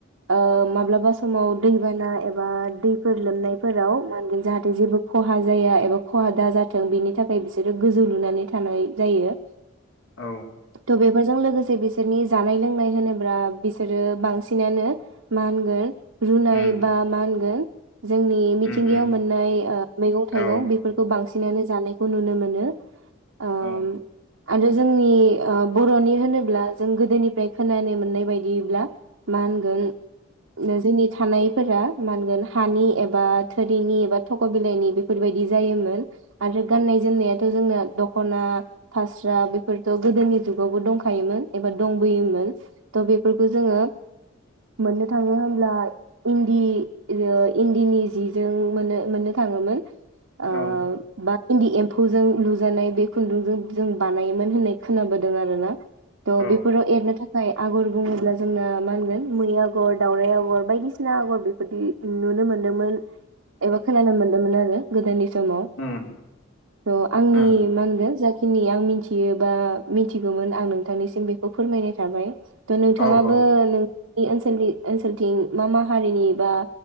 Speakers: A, on the right; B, on the left.
A: ओ माब्लाबा समाव दैबाना एबा दैफोर लोमनायफोराव मा होनगोन जाहाथे जेबो खहा जाया एबा खहा दाजाथों बिनि थाखाय बिसोरो गोजौ लुनानै थानाय जायो।
B: औ
A: थ बे बेजों लोगोसे से बिसोरनि जानाय लोंनाय होनोब्ला बिसोरो बांसिनानो मा होनगोन। रुनाय
B: उम
A: बा मा होनगोन। जोंनि मिथिंगायाव
B: उम उम
A: मोननाय ओ मैगं
B: औ
A: थाइगं बेफोरखौ बांसिन। बिनानै जानायखौ नुनो मोनो। ओम
B: औ।
A: आरो जोंनि ओ बर'नि होनो ब्ला जों गोदोनिफ्राय खोनानो मोननाय बायदिब्ला। मा होनगोन। जोंनि थानायफोरा मा होनगोन हानि एबा थोरिनि एबा थख' बिलाइनि बेफोरबायदि जायोमोन आरो गाननाय जोमनायाथ' जोंना दख'ना फास्रा बेफोरथ' गोदोनि जुगावबो दंखायोमोन। एबा‌ दंबोयोमोन। थ' बेफोरखौ जोङो। मोननो थाङो होनब्ला इन्दि ओ इन्दिनि जिजों मोनो- मोननो थाङोमोन। ओ
B: औ
A: बा इन्दि एम्फौजों लुजानाय बे खुन्दुंजों जों बानायोमोन होननाय खोनाबोदों आरो ना। थ'
B: औ
A: बेफोराव एरनो था खाय आगर बुङोब्ला जोंना मा होनगोन मै आगर दावराइ आगर बायदिसिना आगर बेफोरदि नुनो मोन्दोंमोन एबा खोनानो मोन्दोंमोन आरो गोदोनि। समाव
B: उम
A: थ' आंनि
B: उम औ
A: मा होनगोन जाखिनि। खिनि आं मिथियो बा मिथिगौमोन आं नोंथांनि। बेखौ फोरमायनाय थाबाय। थ' नोंथाङाबो
B: औ
A: नोंनि ओनसोलनि। ओनसोलथिं मा मा हारिनि बा